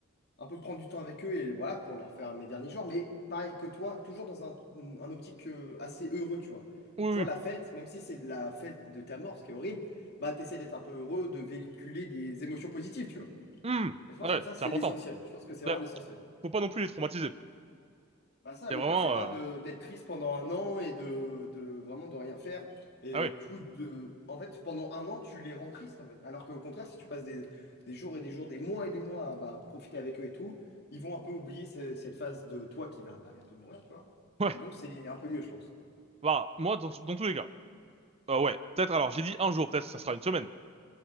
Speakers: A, on the left; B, on the right.
A: un peu prendre du temps avec eux et voilà, pour leur faire mes derniers jours. Mais pareil que toi, toujours dans un, un optique euh, assez heureux, tu vois.
B: Oui
A: Tu
B: oui.
A: vois, la fête, même si c'est la fête de ta mort, ce qui est horrible, bah t'essayes d'être un peu heureux, de véhiculer des émotions positives, tu vois.
B: Hmm.
A: Et je pense
B: Ouais,
A: que ça, c'est
B: c'est important.
A: l'essentiel. Je pense que c'est
B: Ben,
A: vraiment l'essentiel.
B: faut pas non plus les traumatiser.
A: Bah ça,
B: C'est
A: le
B: vraiment
A: but, c'est pas
B: euh,
A: de d'être triste pendant un an et de, de vraiment de rien faire. Et
B: Ah oui.
A: du coup, de, en fait, pendant un an, tu les rends tristes, en fait. Alors qu'au contraire, si tu passes des, des jours et des jours, des mois et des mois à bah, profiter avec eux et tout, ils vont un peu oublier ce- cette phase de toi qui va bah, bientôt mourir, tu vois.
B: Ouais.
A: Et donc, c'est un peu mieux, je pense.
B: Bah moi dans, dans tous les cas. Euh, ouais, peut-être alors j'ai dit un jour, peut-être ça sera une semaine.